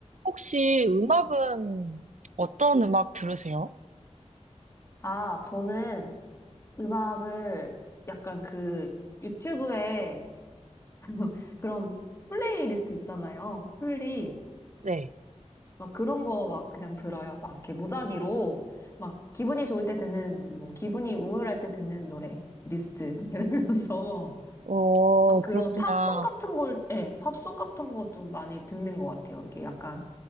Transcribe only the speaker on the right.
혹시 음악은 어떤 음악 들으세요?
네.
어,
그렇구나.